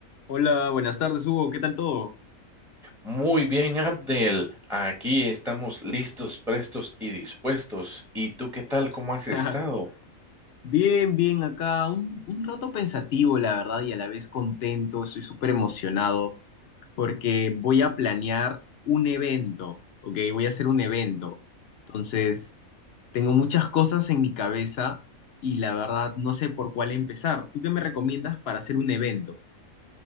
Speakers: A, on the left (about 55°); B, in the centre.
A: Hola, buenas tardes, Hugo. ¿Qué tal todo?
B: Muy bien, Abdel. Aquí estamos listos, prestos y dispuestos. ¿Y tú qué tal? ¿Cómo has estado?
A: <laughs> Bien, bien, acá un, un rato pensativo, la verdad, y a la vez contento. Estoy súper emocionado porque voy a planear un evento, ¿ok? Voy a hacer un evento. Entonces, tengo muchas cosas en mi cabeza y la verdad no sé por cuál empezar. ¿Tú qué me recomiendas para hacer un evento?